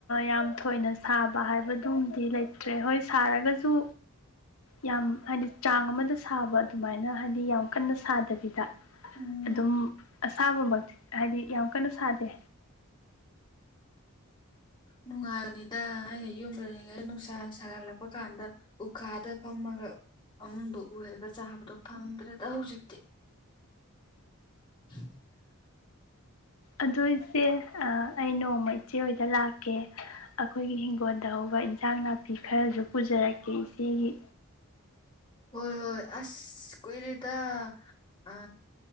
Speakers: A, on the left; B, on the left.
A: ꯌꯥꯝ ꯊꯣꯏꯅ ꯁꯥꯕ ꯍꯥꯏꯕꯗꯨꯃꯗꯤ ꯂꯩꯇ꯭ꯔꯦ ꯍꯣꯏ ꯁꯥꯔꯒꯁꯨ ꯌꯥꯝ ꯍꯥꯏꯗꯤ ꯆꯥꯡ ꯑꯃꯗ ꯁꯥꯕ ꯑꯗꯨꯃꯥꯏꯅ ꯍꯥꯏꯗꯤ ꯌꯥꯝ ꯀꯟꯅ ꯁꯥꯗꯕꯤꯗ
B: ꯎꯝ
A: ꯑꯗꯨꯝ ꯑꯁꯥꯕꯃꯛ ꯍꯥꯏꯗꯤ ꯌꯥꯝ ꯀꯟꯅ ꯁꯥꯗꯦ꯫
B: ꯅꯨꯡꯉꯥꯏꯕꯅꯤꯗ ꯑꯩꯅ ꯌꯨꯝꯗꯔꯤꯉꯩꯗ ꯅꯨꯡꯁꯥ ꯁꯥꯒꯠꯂꯛꯄ ꯀꯥꯟꯗ ꯎꯈꯥꯗ ꯐꯝꯃꯒ ꯑꯗꯣ ꯎꯔꯒ ꯆꯥꯕꯗꯣ ꯐꯪꯗ꯭ꯔꯦꯗ ꯍꯧꯖꯤꯛꯇꯤ <unintelligible>
A: ꯑꯗꯨꯏꯆꯦ ꯑꯩ ꯅꯣꯡꯃ ꯏꯆꯦ ꯍꯣꯏꯗ ꯂꯥꯛꯀꯦ꯫ ꯑꯩꯈꯣꯏꯒꯤ ꯍꯤꯡꯒꯣꯜꯗ ꯍꯧꯕ ꯏꯟꯁꯥꯡ ꯅꯥꯄꯤ ꯈꯔꯁꯨ ꯄꯨꯖꯔꯛꯀꯦ ꯏꯆꯦꯒꯤ꯫
B: ꯍꯣꯏ ꯍꯣꯏ ꯑꯁ ꯀꯨꯏꯔꯦꯗ ꯑ